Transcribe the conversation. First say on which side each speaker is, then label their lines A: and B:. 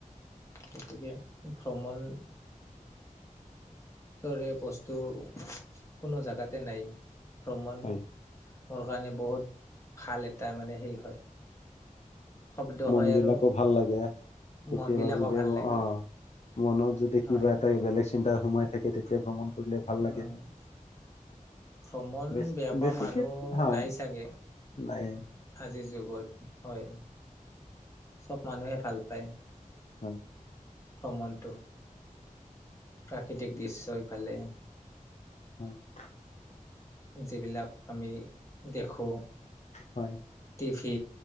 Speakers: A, on the left; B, on the left.
A: গতিকে ভ্ৰমণ দৰে বস্তু কোনো জেগাতে নাই। প্ৰমণ
B: হয়
A: মোৰ কাৰণে বহুত ভাল এটা মানে হেৰি হয়। শব্দ
B: মন
A: হয়
B: বিলাকো
A: আৰু
B: ভাল লাগে কেতিয়াবা
A: মন বিলাকো
B: যদি
A: ভাল লাগে
B: আহ মনত যদি কিবা
A: হয়
B: এটা বেলেগ চিন্তাৰ সোমাই থাকে তেতিয়া ভ্ৰমণ কৰিলে ভাল
A: হোম
B: লাগে
A: ভ্ৰমণ
B: বেছি
A: বেয়া
B: বেছিকে
A: পোৱা মানুহ
B: হয়
A: নাই চাগে
B: নাই
A: আজিৰ যুগ গত হয় চব মানুহে ভাল পায়।
B: হয়।
A: প্ৰমাণটো। প্ৰাকৃতিক দৃশ্য ইফালে
B: <unintelligible>
A: যিবিলাক আমি দেখো
B: হয়।
A: টিভি,